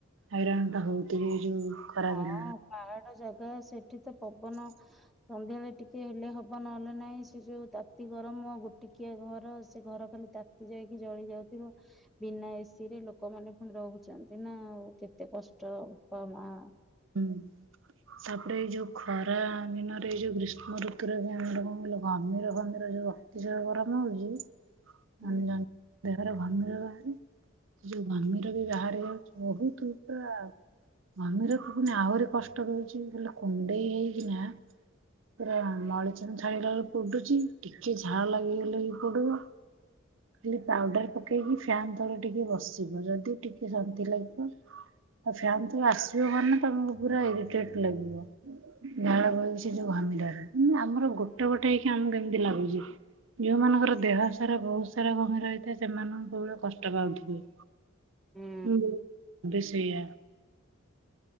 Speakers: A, on the right (about 70°); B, in the centre.
A: ହଇରଣ ଟା ହଉଥିବେ ଏ ଯୋଉ ଖରା
B: ହଁ
A: ଦିନରେ।
B: ପାହାଡ ଜାଗା ସେଠି ତ ପବନ ସନ୍ଧ୍ୟାବେଳେ ଟିକେ ହେଲେ ହବ ନହେଲେ ନାହିଁ ସେ ଯୋଉ ତାତି ଗରମ ଗୋଟିକିଆ ଘର ସେ ଘର ଖାଲି ତାତି ଯାଇକି ଜଳି ଯାଉଥିବ। ବିନା ଏସି ରେ ଲୋକମାନେ ପୁଣି ରହୁଛନ୍ତି ନା ଆଉ କେତେ କଷ୍ଟ ବୋପା ମା।
A: ହୁଁ। ତାପରେ ଏଇ ଯୋଉ ଖରା ଦିନରେ ଏଇ ଯୋଉ ଗ୍ରୀଷ୍ମ ଋତୁରେ ବି ଆମର କଣ କହିିଲ ଘମିର ଘମିର ଯୋଉ ଅତିଶୟ ଗରମ ହଉଚି
B: ହୁଁ।
A: ମାନେ ଦେହରେ ଘମିର ବାହାରେ ଯୋଉ ଘମିର ବି ବାହାରିବ ଯୋଉ ବହୁତ ପୂରା ଘମିର ମୁଁ କନି ଆହୁରି କଷ୍ଟ ଦଉଚି ହେଲେ କୁଣ୍ଡେଇ ହେଇକିନା ପୁରା ମଳିଚନ ଛାଡିଗଲା ବେଳକୁ ପୋଡୁଚି ଟିକେ ଝାଳ ଲାଗିଗଲେ ବି ପୋଡିବ। ଖାଲି ପାଉଡର ପକେଇକି ଫ୍ୟାନ ତଳ ଟିକେ ବସିବ ଯଦି ଟିକେ ଶାନ୍ତି ଲାଗିବ। ଆଉ ଫ୍ୟାନ ତଳୁ ଆସିବ ମାନେ ତମକୁ ପୁରା ଏରିଟେଡ ଲାଗିବ। ଝାଳ ବୋଉଚି ଯୋଉ ଘମିରରୁ ଆମର ଗୋଟେ ଗୋଟେ ହେଇକି ଆମକୁ ଏମିତି ଲାଗୁଚି। ଯୋଉ ମାନଙ୍କର ଦେହ ସାରା ବହୁତ ସାରା ଘମିର ହେଇଥାଏ ସେମାନେ କୋଉ ଭଳିଆ କଷ୍ଟ ପାଉଥିବେ।
B: ହୁଁ।
A: ହୁଁ ବି ସେୟା